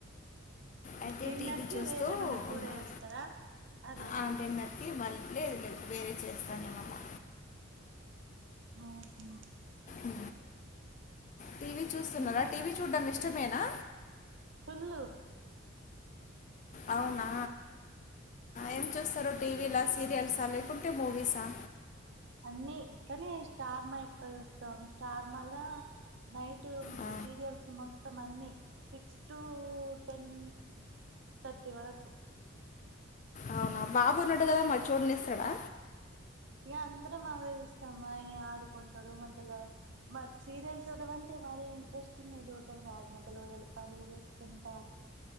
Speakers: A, on the left (about 35°); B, on the right (about 60°).
A: అయితే
B: డిన్నర్కిి
A: టీవీ చూస్తూ
B: వేరే ఏ మన్న కూర
A: ఉన్నాం
B: చేస్తరా, అదేనా.
A: ఆ, డిన్నర్కి మళ్ళీ లేదు లేదు వేరే చేస్తాను ఏమన్నా.
B: ఆ హో
A: అ టీవీ చూస్తున్నారా
B: ఇంకా
A: టీవీ చూడ్డం ఇష్ట నిజమేనా
B: ఫుల్లు
A: అవునా ఏం చూస్తరు టీవీల సీరియల్సా, లేకుంటే మూవీస్ అ
B: అన్నీ కానీ స్టార్మా ఎక్కువ చూస్తాం స్టార్మాలా నైట్
A: ఆ,
B: సీరియల్స్ మొత్తం అన్ని సిక్స్ టు టెన్ థర్టీ వరకు.
A: అవునా బాబు ఉన్నాడు కదా మరి, చూడని ఇస్తడా.
B: ఇగ అందరం అవే చూస్తాము. ఆయన ఆడుకుంటాడు మద్యల సీరియల్స్ చూడ్డం అంటే మరీ ఇంట్రెస్టింగా చూడ్డం కాదు మధ్య మధ్యలో పనులు చేసుకుంటా